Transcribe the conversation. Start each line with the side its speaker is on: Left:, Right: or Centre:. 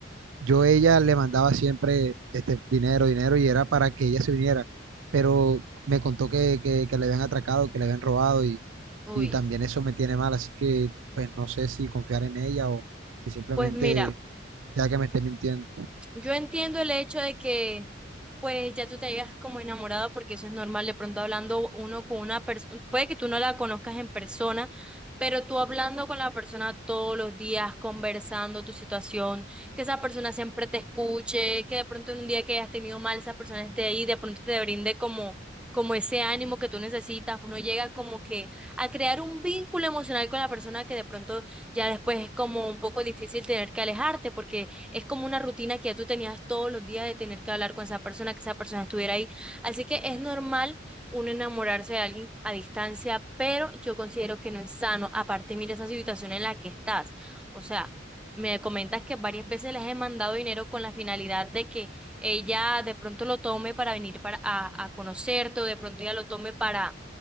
Right: yo a ella le mandaba siempre este dinero, dinero y era para que ella se viniera, pero me contó que, que, que le habían atracado, que le habían robado y,
Centre: uy,
Right: y también eso me tiene mal, así que pues no sé si confiar en ella o si simplemente
Centre: pues mira.
Right: sea que me esté mintiendo.
Centre: Yo entiendo el hecho de que pues ya tú te hayas como enamorado porque eso es normal, de pronto hablando uno con una persona, puede que tú no la conozcas en persona, pero tú hablando con la persona todos los días, conversando tu situación, que esa persona siempre te escuche, que de pronto en un día que hayas tenido mal, esa persona esté ahí, de pronto te brinde como como ese ánimo que tú necesitas, uno llega como que a crear un vínculo emocional con la persona que de pronto ya después es como un poco difícil tener que alejarte porque es como una rutina que ya tú tenías todos los días de tener que hablar con esa persona, que esa persona estuviera ahí. Así que es normal uno enamorarse de alguien a distancia, pero yo considero que no es sano. Aparte, mira esa situación en la que estás. O sea, me comentas que varias veces les he mandado dinero con la finalidad de que ella de pronto lo tome para venir para, a, a conocerte o de pronto ella lo tome para